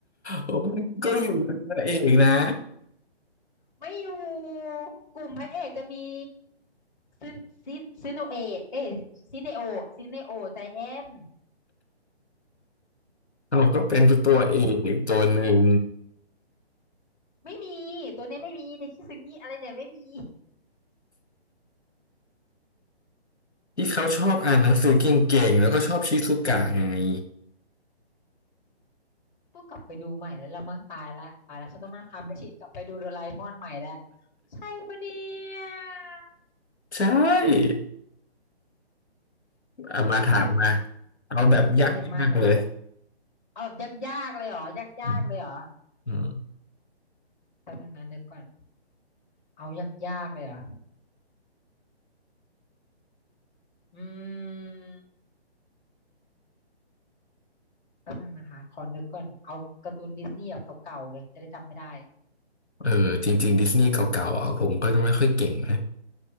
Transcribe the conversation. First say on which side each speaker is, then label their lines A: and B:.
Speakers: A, on the left; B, on the left.
A: โอ้ยก็อยู่เป็นพระเอกนะ
B: ไม่อยู่กลุ่มพระเอกจะมีซินซินซินโนเอะเอยซินเนโอซินเนโอใจแอน
A: เราก็เป็นตัวเอกตัวหนึ่ง
B: ไม่มีตัวนี้ไม่มีเดคิซึงิอะไรเนี่ยไม่มี <laughs>
A: ที่เขาชอบอ่านหนังสือเก่งๆ แล้วก็ชอบชิซุกะไง <laughs>
B: ต้องกลับไปดูใหม่แล้วละมั้งตายละตายแล้วฉันต้องนั่งทำแมชชีนกลับไปดูโดราเอมอนใหม่แล้วใช่ปะเนี่ย
A: ใช่เอามาถามมา
B: อ่ะ
A: เอาแบบยากๆเลย
B: เครียดมากเลยเนี่ยเอาแบบยากๆเลยเหรอยากๆเลยเหรอ
A: อืมอืม
B: แป๊บนึงนะนึกก่อน เอายากๆเลยเหรออืมแป๊บนึงนะคะขอนึกก่อนเอาการ์ตูนดิสนีย์แบบเก่าๆเลยจะได้จำไม่ได้
A: เออจริงๆดิสนีย์เก่าๆอ่ะผมก็จะไม่ค่อยเก่งนะ